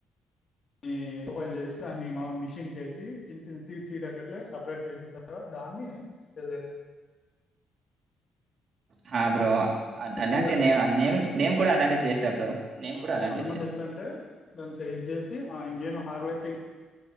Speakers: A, on the left; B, on the right.
A: హుమ్ ఓపెన్ చేసి దాన్ని మా మిషన్ కేసి చిన్న చిన్న సీడ్ సీడ్ కట్ల సపరేట్ చేసిన తర్వాత దాన్ని సేల్
B: హా బ్రో ఆ గన్నంటే
A: మీరు అట్లేనా
B: నేన్ నేన్ కూడా అలాగే చేస్త బ్రో నేను
A: ఆహా
B: కూడా అలాంటివి
A: కొంతమంది
B: చేస్తా.
A: ఎట్లాంటే దాన్ని చేంజ్ చేసి ఆ ఇంకేం హార్వెస్టింగ్